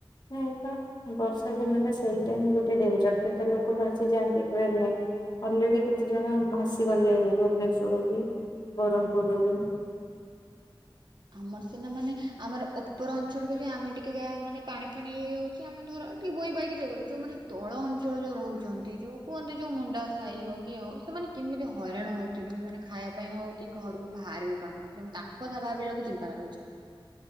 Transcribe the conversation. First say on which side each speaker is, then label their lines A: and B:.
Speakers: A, on the left; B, on the right.
A: ଏ ପା ବର୍ଷା ଦିନ ହେଲା ସେଇଟା ହିଁ ଗୋଟେ ଡେଞ୍ଜର କେତେ ଲୋକ ଭାସିଯାଆନ୍ତି ଟ୍ରେନରେ। ଅଲରେଡି କେତେ ଜଣ ଭାସି ଗଲେଣି ଭୁବନେଶ୍ଵରରୁ ବି ବରମ୍ପୁରୁ ରୁ ବି।
B: ଆମର ସିନା ମାନେ ଆମର ଉପର ଅଞ୍ଚଳ ବୋଲି, ଆମେ ଟିକେ ଯାହା ମାନେ ପାଣି-ଫାଣି ଇଏହେ ଉଛି ଆମେ ଧର। ବହି ବାହି ଯୋଉ ମାନେ ତଳ ଅଞ୍ଚଳ ଯୋଉ ରହୁଛନ୍ତି, ଯୋଉ କୁହନ୍ତି ଯୋଉ ମୁଣ୍ଡା ସାହି ହଉ କି ଇଏ ହଉ। ସେମାନେ କେମିତି ହଇରାଣ ହଉଥିବ ମାନେ ଖାଇବା ପାଇଁ, ହଉ କି ଘରକୁ ବାହାରିବି ପାରୁନଥିବେ, ତାଙ୍କ କଥା ଭାବିଲା ବେଳକୁ ଚିନ୍ତା ଲାଗୁଛି।